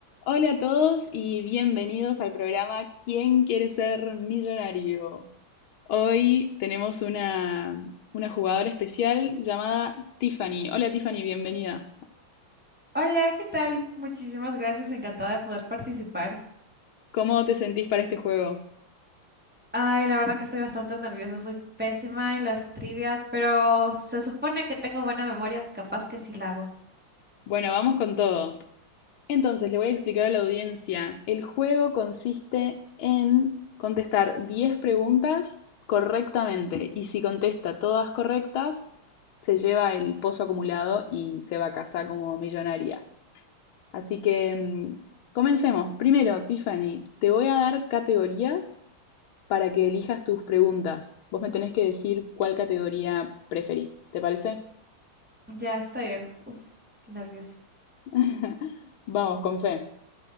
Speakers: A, on the left; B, in the centre.
A: Hola a todos y bienvenidos al programa ¿Quién quiere ser millonario? Hoy tenemos una, una jugadora especial llamada Tiffany. Hola Tiffany, bienvenida.
B: Hola, ¿qué tal? Muchísimas gracias, encantada de poder participar.
A: ¿Cómo te sentís para este juego?
B: Ay, la verdad que estoy bastante nerviosa, soy pésima en las trivias, pero se supone que tengo buena memoria, capaz que sí la hago.
A: Bueno, vamos con todo. Entonces, le voy a explicar a la audiencia. El juego consiste en contestar 10 preguntas correctamente y si contesta todas correctas, se lleva el pozo acumulado y se va a casa como millonaria. Así que mm, comencemos. Primero, Tiffany, te voy a dar categorías para que elijas tus preguntas. Vos me tenés que decir cuál categoría preferís. ¿Te parece?
B: Ya está bien, uf, qué nervios.
A: <laughs> Vamos, con fe.